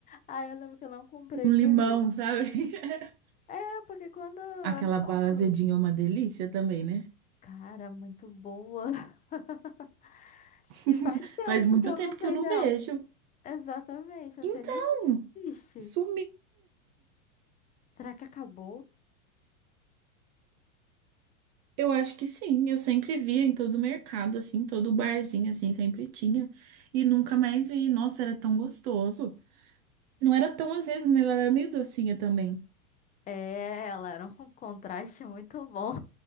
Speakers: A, on the left; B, on the right.
A: Aí eu lembro que eu não comprei
B: Um
A: por
B: limão,
A: isso.
B: sabe? <laughs>
A: É, porque quando eu
B: Aquela bala
A: compro.
B: azedinha é uma delícia também, né?
A: Cara, muito boa. <laughs>
B: <laughs>
A: E faz tempo
B: Faz muito
A: que eu
B: tempo
A: não sei
B: que eu não
A: dela.
B: vejo.
A: Exatamente, eu
B: Então,
A: não sei nem se existe.
B: sumiu.
A: Será que acabou?
B: Eu acho que sim, eu sempre via em todo mercado, assim, todo barzinho, assim, sempre tinha. E nunca mais vi. Nossa, era tão gostoso. Não era tão azedo, né? Ela era meio docinha também.
A: É, ela era um contraste muito bom.